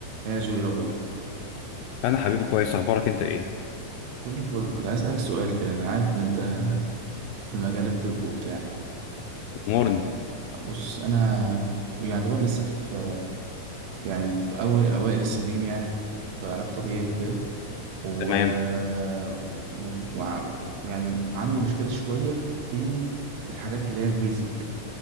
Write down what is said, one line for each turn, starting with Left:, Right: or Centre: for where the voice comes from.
Right: يا جوي إيه الأخبار
Left: انا حبيبي كويس اخبارك انت ايه
Right: كله فل كنت عايز أسألك سؤال كده أنا عارف إن أنت في مجال الطب وبتاع
Left: امورني
Right: بص أنا يعني دوبار لسه في يعني في أول أوائل السنين يعني في في علاج طبيعي وكده و...
Left: تمام
Right: و... وع- و... يعني عندي مشكلة شوية في الحاجات اللي هي البيزك